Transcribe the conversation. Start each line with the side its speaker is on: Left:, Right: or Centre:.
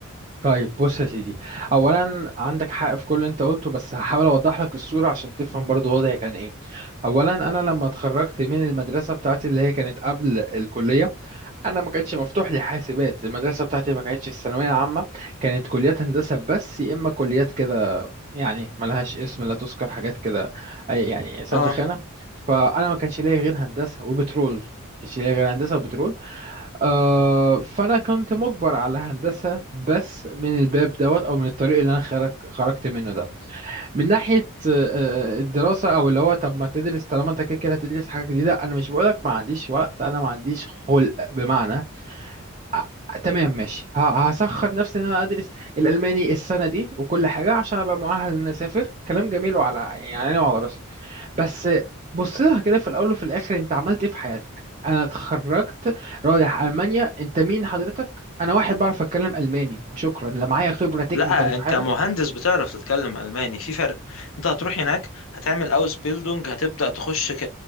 Right: طيب بص يا سيدي اولا عندك حق في كل اللي انت قلته بس هحاول اوضح لك الصوره عشان تفهم برضو وضعي كان ايه اولا انا لما اتخرجت من المدرسه بتاعتي اللي هي كانت قبل الكليه انا ما كانش مفتوح لي حاسبات المدرسه بتاعتي ما كانتش الثانويه عامه كانت كليات هندسه بس يا اما كليات كده يعني ملهاش اسم لا تذكر حاجات كده أي- يعني سد
Left: اه
Right: خانه فانا ما كانش ليا غير هندسه وبترول ما كانش ليا غير هندسه وبترول آه فانا كنت مجبر على هندسه بس من الباب دوت او من الطريق اللي انا خرج خرجت منه ده من ناحيه آه، آه، الدراسه او اللي هو طب ما تدرس طالما انت كده كده هتدرس حاجه جديده انا مش بقولك ما عنديش وقت انا ما عنديش خلق بمعنى آه، تمام ماشي ه- هسخر نفسي ان انا ادرس الالماني السنه دي وكل حاجه عشان ابقى مؤهل ان أنا اسافر كلام جميل وعلى يعني عيني وعلى راسي بس بص لها كده في الاول وفي الاخر انت عملت ايه في حياتك انا اتخرجت رايح المانيا انت مين حضرتك انا واحد بعرف اتكلم الماني وشكرا لا معايا خبره تكنيكال
Left: لا
Right: في
Left: انت
Right: حاجه
Left: مهندس بتعرف تتكلم الماني في فرق انت هتروح هناك هتعمل اوس بيلدونج هتبدا تخش ك...